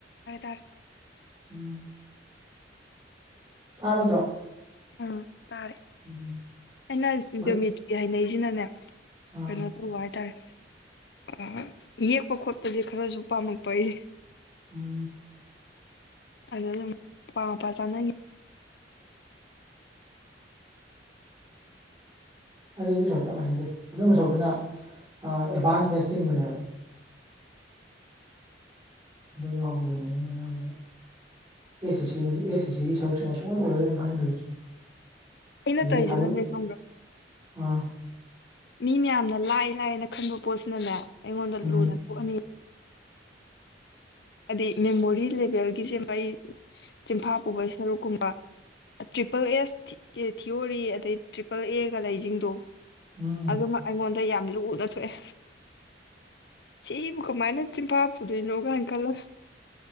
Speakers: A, on the left; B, on the right.
A: ꯃꯔꯦ ꯇꯔ
B: ꯎꯝ ꯊꯥꯃꯠꯇ꯭ꯔꯣ
A: ꯎ ꯇꯥꯔꯦ
B: ꯎꯝ
A: ꯑꯩꯅ
B: ꯍꯣꯏ
A: ꯖꯣꯃꯤꯇ꯭ꯔꯤ ꯍꯩꯅꯩꯁꯤꯅꯅꯦ
B: ꯑꯥ
A: ꯀꯩꯅꯣ ꯇꯧꯕ ꯍꯥꯏꯇꯥꯔꯦ ꯑ-ꯌꯦꯛꯄ ꯈꯣꯠꯄꯁꯦ ꯈꯔꯁꯨ ꯄꯥꯝꯃꯛꯄꯩ
B: ꯎꯝ
A: ꯑꯗꯨ ꯑꯗꯨꯝ ꯑꯄꯥ ꯃꯄꯥ ꯆꯥꯅꯒꯤ
B: ꯍꯥꯏꯗꯤ ꯑꯗꯨ ꯁꯔꯨꯁꯨ ꯌꯥꯝ ꯍꯅꯗꯦ ꯑꯗꯨꯝꯕ ꯁꯔꯨꯛꯇꯨꯅ ꯑ-ꯑꯦꯗꯚꯥꯟꯁ ꯃꯦꯟꯁ ꯆꯤꯡꯕꯅꯦꯕ ꯑꯗꯨ ꯌꯥꯎꯕꯒꯤꯅꯦ ꯑꯩꯅ ꯑꯌꯥꯝꯕꯅ ꯑꯦꯁ ꯑꯦꯁ ꯁꯤ ꯑꯦꯁ ꯁꯤꯒꯤ ꯁꯔꯨꯛꯁꯤꯃ ꯁꯨꯛꯑꯣꯏ ꯑꯣꯏꯔꯣꯏꯅ ꯈꯟꯒ꯭ꯔꯤꯁꯦ
A: ꯑꯩꯅ
B: ꯑꯗꯨꯗꯤ
A: ꯇꯧꯔꯤꯁꯤꯅꯅꯦ
B: ꯁꯔ
A: ꯈꯪꯕ꯭ꯔꯥ
B: ꯑꯥ
A: ꯃꯤ ꯃꯌꯥꯝꯅ ꯂꯥꯏ ꯂꯥꯏꯑꯅ ꯈꯟꯕ ꯄꯣꯠꯁꯤꯅꯅꯦ ꯑꯩꯉꯣꯟꯗ
B: ꯎꯝ
A: ꯂꯨꯅ ꯊꯣꯛꯑꯅꯤ ꯑꯗꯩ ꯃꯦꯃꯣꯔꯤ ꯂꯦꯚꯦꯜꯒꯤꯁꯦ ꯃꯩ ꯆꯤꯟꯐꯥ ꯄꯨꯕꯒꯤ ꯁꯔꯨꯛꯀꯨꯝꯕ ꯇ꯭ꯔꯤꯄꯜ ꯑꯦꯁ ꯊꯤꯑꯣꯔꯤ ꯑꯗꯩ ꯇ꯭ꯔꯤꯄꯜ ꯑꯦꯒ ꯂꯩꯁꯤꯡꯗꯣ
B: ꯎꯝ
A: ꯑꯗꯨꯃꯛ ꯑꯩꯉꯣꯟꯗ ꯌꯥꯝ ꯂꯨꯅ ꯊꯣꯛꯑꯦ ꯁꯤꯕꯨ ꯀꯃꯥꯏꯅ ꯆꯤꯟꯐꯥ ꯄꯨꯗꯣꯏꯅꯣ ꯒꯥꯏꯅ ꯀꯂꯔ